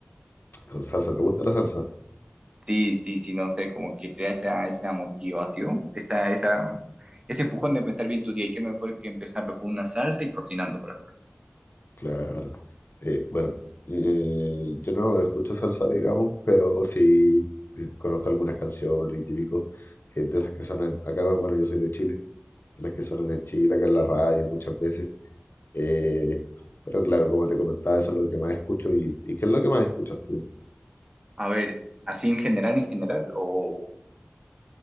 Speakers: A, on the left; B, on the right.
A: con salsa, ¿te gusta la salsa?
B: Sí, sí, sí, no sé, como que te da esa, esa motivación, esta, esa, ese empujón de empezar bien tu día y qué mejor que empezarlo con una salsa y cocinando para colmo.
A: Claro. Eh, bueno, eh, yo no escucho salsa, digamos, pero sí eh, conozco algunas canciones y típicos eh, de esas que suenan acá. Bueno, yo soy de Chile, de las que suenan en Chile, acá en la radio muchas veces. Eh, pero claro, como te comentaba, eso es lo que más escucho y, y ¿qué es lo que más escuchas tú?
B: A ver, así en general, en general, o